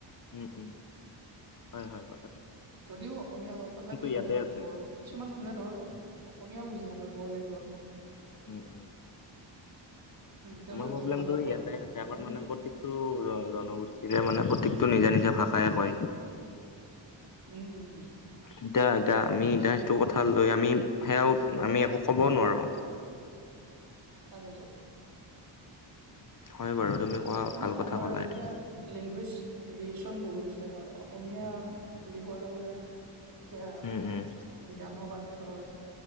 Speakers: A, on the left (about 40°); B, on the right (about 45°).
A: উম উম হয় হয় বাৰু
B: যদিও অসমীয়া হয়, তথাপিও
A: ইয়াতে
B: ধৰ
A: আছে
B: বড়, কিছুমান মানুহে ধৰ অসমীয়াও বুজি নাপায়। হয় বড়োলেণ্ডত।
A: উম উম।
B: তেওঁলোকে
A: আমাৰ প্ৰব্লেমটো
B: বড়ো ভাষাত কথা
A: ইয়াতে
B: পাতে
A: আছে, আমাৰ
B: ত
A: মানে প্ৰত্যেকটো জনগোষ্ঠীৰে মানে প্ৰতেক তো নিজা নিজা ভাষাই কয়।
B: উম উম।
A: এতিয়া এতিয়া আমি এতিয়া সেইটো কথা লৈ আমি সেয়াও আমি একো ক'ব নোৱাৰো।
B: তাকেটো।
A: হয় বাৰু। তুমি কোৱা
B: তেনেকুৱা
A: ভাল কথা
B: আমাৰ
A: ক'লা
B: এতিয়া
A: এইটো
B: লেংগুৱেজ ভেৰিয়েচন বহুত আছে আমাৰ অসমীয়া বুলি কোৱাৰ লগে লগে এতিয়া
A: উম উম
B: বিধানসভাতে ধৰ